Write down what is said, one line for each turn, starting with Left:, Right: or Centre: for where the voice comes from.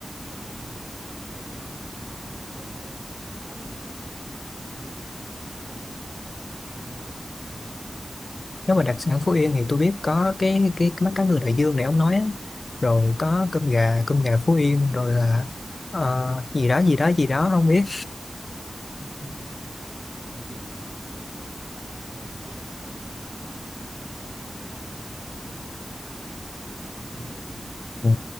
Right: trong cái giai đoạn mình du lịch á rồi ví dụ mình mà quay về lại thành phố thì không biết là mình nên ăn cái gì rồi mình nên kiếm mấy cái đặc sản để mình ăn á
Left: nếu mà đặc sản Phú Yên thì tôi biết có cái cái, cái mắt cá ngừ đại dương này ông nói á. rồi có
Right: Ờ.
Left: cơm gà cơm gà Phú Yên rồi là ờ, gì đó gì đó gì đó không biết
Right: <laughs> vậy nói chung là mình bắt trong quá trình đi là phải ăn ờ, ờ, cơm gà với lại ờ, mắt cá ngừ ha
Left: ừ.